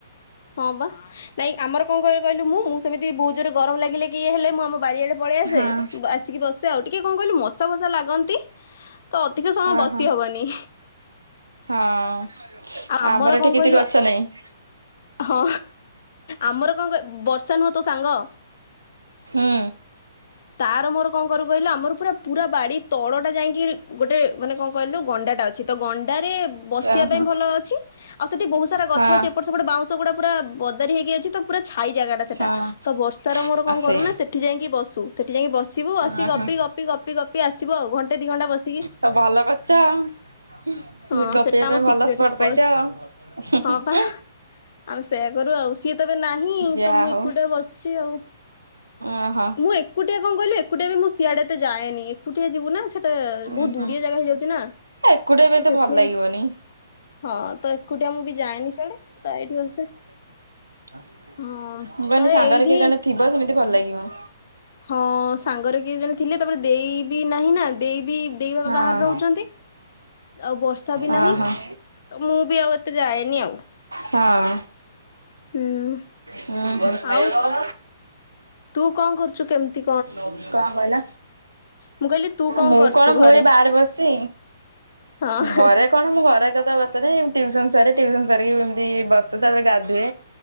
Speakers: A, on the left (about 50°); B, on the right (about 80°).
A: ହଁ ବା ନାଇଁ ଆମର କଣ କିଲେ କହିଲୁ ମୁଁ ମୁଁ ସେମିତି ବହୁତ ଜୋରେ ଗରମ ଲାଗିଲେ କି ଇଏ ହେଲେ ମୁଁ ଆମ ବାରିଆରେ ପଳେଇଆସେ
B: ହଁ
A: ଆସିକି ବସେ ଆଉ ଟିକେ କଣ କହିଲୁ ମଶା ଫସା ଲାଗନ୍ତି। ତ ଅଧିକ ସମୟ
B: ଓହୋ
A: ବସି ହବନି।
B: ହଁ
A: ଆଉ
B: ଆମର ଏଠି
A: କଣ
B: କିଛି
A: କହିଲୁ
B: ଗଛ ନାହିଁ।
A: ହଁ ଆମର କଣ ବର୍ଷା ନୁହ ତ ସାଙ୍ଗ।
B: ହୁଁ
A: ତାର ମୋର କଣ କରୁ କହିଲୁ ଆମର ପୁରା ପୁରା ବାଡି ତଳ ଟା ଯାଇକି ଗୋଟେ ମାନେ କଣ କହିଲୁ ଗଣ୍ଡାଟା ଅଛି ତ ଗଣ୍ଡାରେ ବ ସିବା
B: ଓହୋ
A: ପାଇଁ ଭଲ ଅଛି ଆଉ ସେଠି ବହୁତ ସାରା ଗଛ
B: ହଁ
A: ଅଛି ଏପଟ ସେପଟେ ବାଉଁଶ ଗୁଡା ପୁରା ବଦାରି ହେଇକି ଅଛି ତ ପୁରା ହାଇ ଜାଗା ଟା ସେଟା
B: ହଁ
A: ତ ବର୍ଷ ର ମୋର କଣ
B: ଆ ସେଇ
A: କରୁନା ସେଠି ଯାଇକି ବସୁ ସେଠି ଯାଇକି ବସ ସିବୁ ବସିକି
B: ଓହୋ
A: ଗପି ଗପି ଗପି ଗପି ଆସିବ ଆଉ ଘଣ୍ଟେ ଦି ଘଣ୍ଟା ବସିକି।
B: ତ ଭଲ କରିଛ ଆଉ
A: ହଁ
B: ଗପିବା
A: ସେଟା ଆମ
B: ପାଇଁ ଭଲ
A: ସିକ୍ରେଟ
B: ସ୍ପଟ
A: ସ୍ପଟ୍
B: ପାଇଛ।
A: ହଁ ପା। ଆମେ ସେୟା କରୁ ଆଉ ସିଏ ତ ଏବେ ନାହିଁ
B: ଯାହା
A: ତ ମୁଁ
B: ହଉ
A: ଏକୁଟିଆ ବସିଛି ଆଉ
B: ଓହୋ
A: ମୁଁ ଏକୁଟିଆ କଣ କହିଲୁ ଏକୁଟିଆ ବି ମୁ ସିଆଡେ ଏତେ ଯାଏନି। ଏକୁଟିଆ ଯିବୁ ନା ସେଟା
B: ଉଁ
A: ବହୁତ
B: ହୁଁ
A: ଦୁରିଆ ଜାଗା ହେଇଯାଉଛି ନା
B: ଏକୁଟିଆ ବି
A: ତ
B: ଏତେ
A: ସେଥିପାଇଁ
B: ଭଲ ଲାଗିବନି।
A: ହଁ ତ ଏକୁଟିଆ ମୁଁ ବି ଯାଏନି ସେଇଆଡେ ତ ଏଇଠି ବସେ।
B: ମୁ
A: ହଁ
B: କହିଲି
A: ତ ଏଇଠି
B: ସାଙ୍ଗରେ କିଏ ଜଣେ ଥିବ ସେମିତି ଭଲ ଲାଗିବ।
A: ହଁ ସାଙ୍ଗରେ କିଏ ଜଣେ ଥିଲେ ତାପରେ ଦେଇ ବିି ନାହିଁ ନା ଦେଇ ବିି ଦେଇ ଘର
B: ହଁ
A: ବାହାରେ ରହୁଛନ୍ତି। ଆଉ ବର୍ଷା ବି
B: ଓହୋ
A: ନାହିଁ ତ
B: ହଁ
A: ମୁଁ ବି ଆଉ ଏତେ ଯାଏନି ଆଉ।
B: ହଁ
A: ହୁଁ
B: ହଁ।
A: ଆଉ ତୁ କଣ କରୁଛୁ କେମିତି
B: କଣ କହିଲ
A: ମୁଁ କହିଲି ତୁ
B: ମୁଁ
A: କରୁଛୁ
B: କ କଣ ମୁଁ
A: ଘରେ
B: ଏ ବାହାରେ ବସିଛି
A: ହଁ
B: ଘରେ କଣ ମୁଁ ଘରେ କେ ସରେ ଟ୍ୟୁସନ୍ ସାରେ ଟ୍ୟୁସନ୍ ସାରି ଯି ବସେ ତାପରେ ଗାଧୁଏ